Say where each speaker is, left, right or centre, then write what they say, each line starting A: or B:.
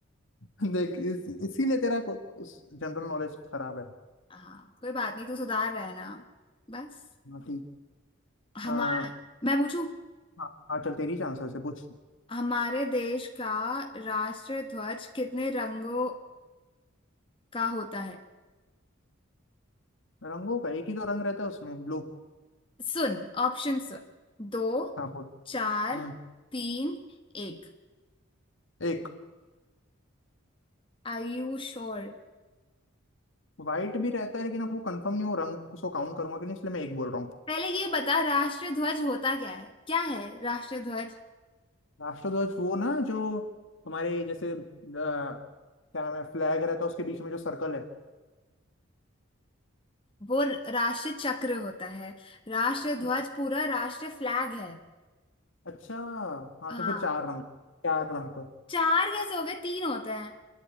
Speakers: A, on the left; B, on the left.
A: <laughs> देख इस, इसीलिए तेरा को- उस जनरल नॉलेज खराब है
B: हाँ कोई बात नहीं तू सुधार रहा है ना बस
A: हाँ ठीक
B: हमारा
A: आ, हाँ
B: मैं पूछू
A: हाँ चल तेरी चांसेस है पूछ
B: हमारे देश का राष्ट्र ध्वज कितने रंगों का होता है
A: रंगों का एक ही तो रंग रहता है उसमें ब्लू
B: सुन ऑप्शन सुन दो
A: हाँ बोल
B: चार
A: हम्म
B: तीन एक
A: एक
B: Are you sure
A: वाइट भी रहता है लेकिन अब वो कंफर्म नहीं वो रंग उसको काउंट करूंगा कि नहीं इसलिए मैं एक बोल रहा हूँ
B: पहले ये बता राष्ट्रीय ध्वज होता क्या है क्या है राष्ट्रीय ध्वज
A: राष्ट्रध्वज वो ना जो हमारे जैसे अ, क्या नाम है फ्लैग रहता है उसके बीच में जो सर्कल है
B: वो राष्ट्रीय चक्र होता है राष्ट्रीय
A: अच्छा
B: ध्वज पूरा राष्ट्रीय फ्लैग है
A: अच्छा, हाँ
B: हाँ
A: तो फिर चार रंग चार रंग
B: चार कैसे हो गए तीन होते हैं